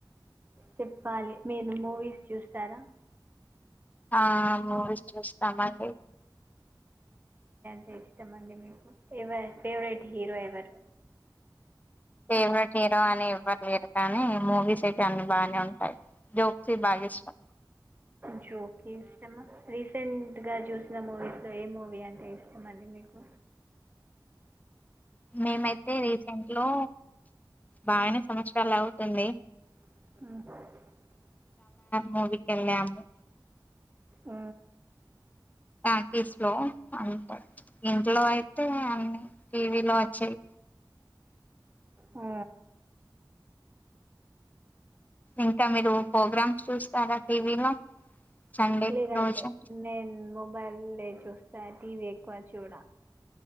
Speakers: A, on the right; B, on the left.
A: చెప్పాలి మీరు మూవీస్ చూస్తారా
B: ఆ మూవీస్ చుస్ స్తామండి
A: టే ఇష్టం అండి మీకు ఎవర్ ఫేవరెట్ హీరో ఎవరు
B: ఫేవరెట్ హీరో అని ఏ వరు లేరు కానీ మూవీస్ అయి ఇక అన్నీ బానే ఉంటాయి జోక్సే బాగా ఇష్టం
A: జోక ఇష్టమా రీసెంట్ గా చూసిన మూవీస్ లో ఏ మూవీ అంటే ఇష్టం అీ మీకు
B: మేమైతే రే ఇంట్లో బాగానే సంవత్సరాలు అవుతుంది
A: అ
B: మూవికందమ్ము
A: ఆ
B: పాటీస్ లో అంట ఇంట్లో అయితే అన్ని టీవీ లో వచ్చాయి
A: ఆ
B: ఇంకా మీరు ప్రోగ్రామ్స్ చూస్తారా టీవీలో సండే
A: ఇదంతే
B: రోజు
A: నేను మబల్ చూస్తా టీవీ ఎక్కువ చూడ